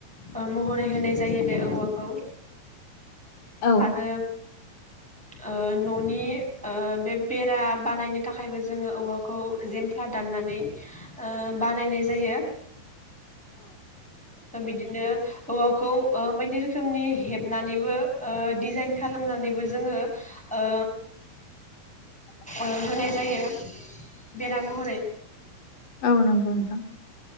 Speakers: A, in the centre; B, on the left (about 50°).
A: ओ मह रै होनाय जायो बे औवाखौ
B: औ
A: आरो ओ न'नि ओ बे बेरा बानायनो थाखायबो जोङो औवाखौ जेमफ्ला दाननानै ओ बानायनाय जायो। दा बिदिनो औवाखौ ओम बायदि रोखोमनि हेबनानैबो ओ डिजाइण्ड खालामनानैबो जोङो ओ ओ होनाय जायो बेरा महरै।
B: औ नंगौ नोंथां।